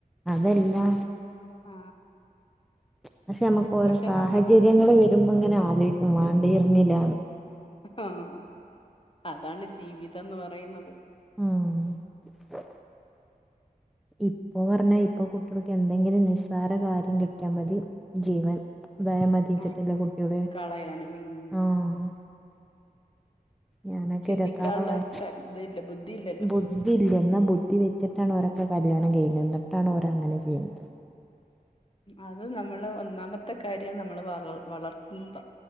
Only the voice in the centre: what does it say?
അതെല്ലാ
പക്ഷെ നമ്മുക്ക് ഓരോ
സാഹചര്യങ്ങള്
വരുമ്പോ ഇങ്ങനെ ആലോചിക്കും വേണ്ടിയിരുന്നില്ല.
മ് ഇപ്പൊ പറഞ്ഞാ ഇപ്പ കുട്ടികൾക്ക് എന്തെങ്കിലും നിസ്സാര കാര്യം കിട്ടിയാൽ മതി ജീവൻ തായ മതിച്ചിട്ടല്ലേ
കുട്ടിയുടെ
ആഹ ഞാനൊക്കെ
ഇരുപത്തിയർ വയ്യ
<inaudible> ബുദ്ധിഇല്ല എന്നാ ബുദ്ധി വെച്ചിട്ടാണഓരൊക്കെ കല്യാണം ചെയ്യുന്നത് എന്നിട്ടാണഓര അങ്ങനെ ചെയ്യണത്